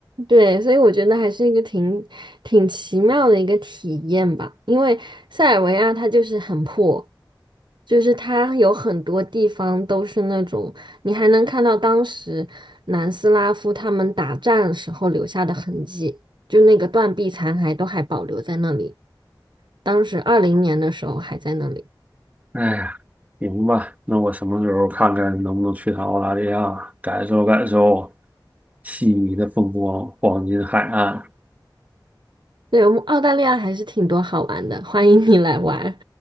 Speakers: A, on the right; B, on the right.
A: 对，所以我觉得还是一个挺挺奇妙的一个体验吧，因为塞尔维亚它就是很破，就是它有很多地方都是那种你还能看到当时南斯拉夫他们打战时候留下的痕迹，就那个断壁残骸都还保留在那里，当时二零年的时候还在那里。
B: 哎呀，行吧，那我什么时候看看能不能去趟澳大利亚，感受感受悉尼的风光，黄金海岸。
A: 对，我们澳大利亚还是挺多好玩的，欢迎你来玩。